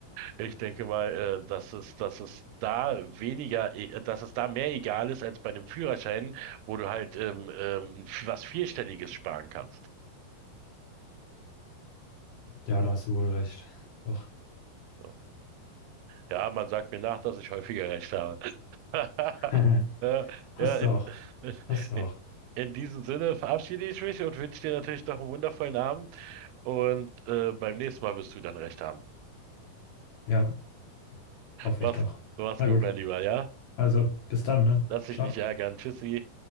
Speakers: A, on the right; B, on the left.
A: ich denke mal, äh, dass es, dass es da weniger, e- äh, dass es da mehr egal ist als bei einem Führerschein, wo du halt ähm, ähm, f- was Vierstelliges sparen kannst.
B: ja, da hast du wohl recht. Doch.
A: So. Ja, man sagt mir nach, dass ich häufiger recht habe. <laughs>
B: <laughs>
A: Ja,
B: Hast
A: ja, in,
B: du auch.
A: <laughs>
B: Hast du auch.
A: in diesem Sinne verabschiede ich mich und wünsche dir natürlich noch einen wundervollen Abend. Und äh, beim nächsten Mal wirst du dann recht haben.
B: Ja, hoffe
A: Was,
B: ich doch.
A: Mach's, mach's
B: Na
A: gut,
B: gut.
A: mein Lieber, ja?
B: Also, bis dann, ne?
A: Lass dich
B: Ciao.
A: nicht ärgern. Tschüssi.